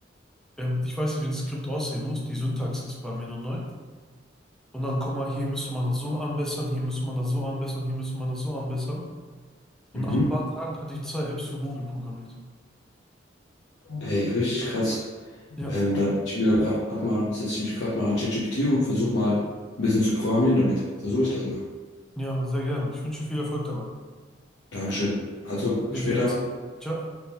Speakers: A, in the centre; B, on the left.
A: Ähm, ich weiß nicht, wie ein Skript aussehen muss. Die Syntax ist bei mir noch neu. Und dann, guck mal, hier müsste man das so anbessern, hier müsste man das so anbessern, hier müsste man das so anbessern. Und
B: Mhm.
A: nach ein paar Tagen hatte ich zwei Apps für Google programmiert.
B: Ey, richtig krass.
A: Ja,
B: Ähm, dann setz ich mir grad mal, setze ich mich gerade mal an ChatGPT und versuche mal ein bisschen zu programmieren damit. Versuche ich das mal.
A: ja, sehr gerne. Ich wünsche dir viel Erfolg dabei.
B: Dankeschön. Also,
A: Wir
B: bis später.
A: sehen uns. Ciao.